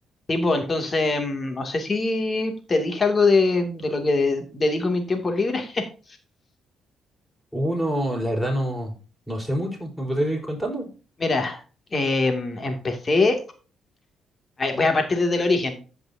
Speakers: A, on the left; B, in the centre.
A: Tipo, entonces, mm, no sé si te dije algo de, de lo que de- dedico mi tiempo libre. <laughs>
B: Uno, la verdad no, no sé mucho. ¿Me podrías ir contando?
A: Mira, em, empecé, a ver, voy a partir desde el origen.